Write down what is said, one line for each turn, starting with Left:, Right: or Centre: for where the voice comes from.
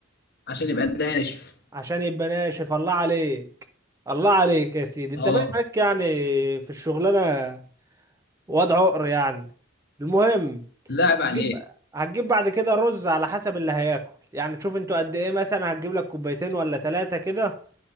Left: عشان يبقى ناشف
Right: عشان يبقى ناشف الله عليك الله عليك يا سيدي انت
Left: اه
Right: باين عليك يعني في الشغلانه وضع عقر يعني المهم
Left: لعب
Right: هتجيب
Left: عليك
Right: هتجيب بعد كده رز على حسب اللي هياكل يعني شوف انتوا قد ايه مثلا هتجيب لك كوبايتين ولا ثلاثه كده